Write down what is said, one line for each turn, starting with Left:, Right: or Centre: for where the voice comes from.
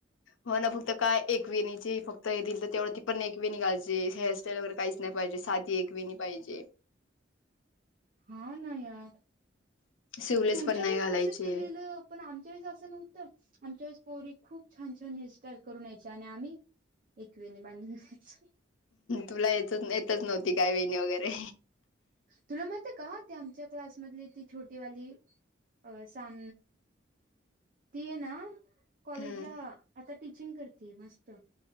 Left: हो ना. फक्त काय एक वेणीचे फक्त हे दिल त्यावेळेला ती पण एकवेणी घालायचे. हेअरस्टाईल वगैर काहीच नाही पाहिजे. साधी एक वेणी पाहिजे.
Right: हाव ना यार.
Left: शिवलेस
Right: तुमच्या
Left: पण नाही
Right: वेळेस
Left: घालायचे
Right: तसं केलेलं. पण आमच्या वेळेस असं नव्हतं. आमच्या वेळेस पोरी खूप छान छान हेअरस्टाईल करून यायची. आणि आम्ही एकवेणी बांधून जायचो.
Left: तुला येत येतच नव्हती काय वेणी वगैरे.
Right: तुला माहित का ते आमच्या क्लासमधली ती छोटी वाली अ सां ती ये ना कॉलेजला
Left: हम्म
Right: आता टीचिंग करतेय मस्त.